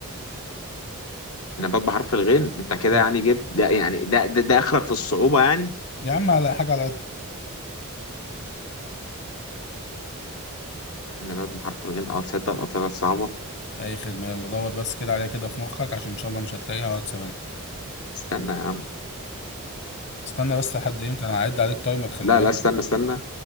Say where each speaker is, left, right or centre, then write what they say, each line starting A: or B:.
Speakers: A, on the left (about 70°); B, on the left (about 55°).
A: نبات بحرف الغين انت كده
B: دور.
A: يعني جبت ده يعني ده ده, ده اخرك في الصعوبة يعني
B: يا عم على حاجة على قد
A: نبات بحرف الغين اه تصدق اه طلعت صعبة
B: اي خدمة يلا دور بس كده عليها كده في مخك عشان ان شاء الله مش هتلاقيها وهكسب انا
A: استنى يا عم
B: استنى بس لحد امتى انا هعد عليك تايمر خلي
A: لا
B: بالك
A: لا استنى استنى